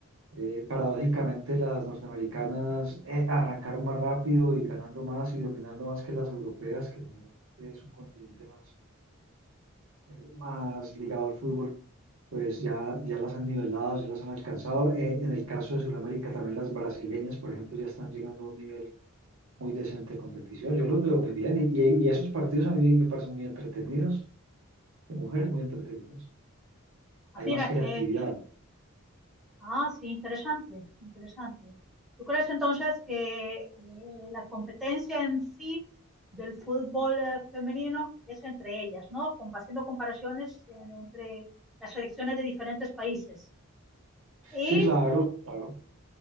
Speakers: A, on the right; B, in the centre.
A: eh, paradójicamente, las norteamericanas eh, arrancaron más rápido y ganando más y dominando más que las europeas, que generalmente es un continente más, eh, más ligado al fútbol. Pues ya, ya las han nivelado, ya las han alcanzado. Eh, en el caso de Sudamérica, también las brasileñas, por ejemplo, ya están llegando a un nivel muy decente de competición. Yo los veo muy bien y, y- y esos partidos a mí me parecen muy entretenidos, de mujeres muy entretenidos.
B: Ah,
A: Hay
B: mira,
A: más creatividad.
B: qué, qué, Ah, sí, interesante, interesante. ¿Tú crees entonces que eh, la competencia en sí del fútbol eh, femenino es entre ellas, ¿no? Com- haciendo comparaciones eh, entre las selecciones de diferentes países y
A: Sí, claro, claro.